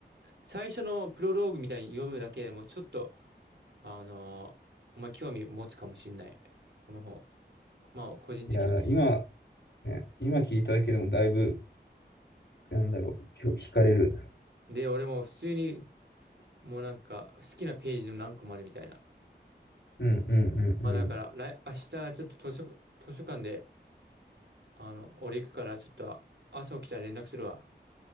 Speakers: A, on the right; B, on the left.
A: 最初のプロローグみたいに読むだけでも、ちょっと、あの、お前興味持つかもしんない。この本。まあ、個人的なですね。
B: ん。いや、だ今、ね、今聞いただけでもだいぶ、なんだろう、ひょ、惹かれる。
A: で、俺も普通に、もうなんか、好きなページの何個もあるみたいな。
B: うんうんう
A: まあ、だから、
B: ん
A: 来、明日、ちょっと図書、図書館で、あの、俺行くから、ちょっと、朝起きたら連絡するわ。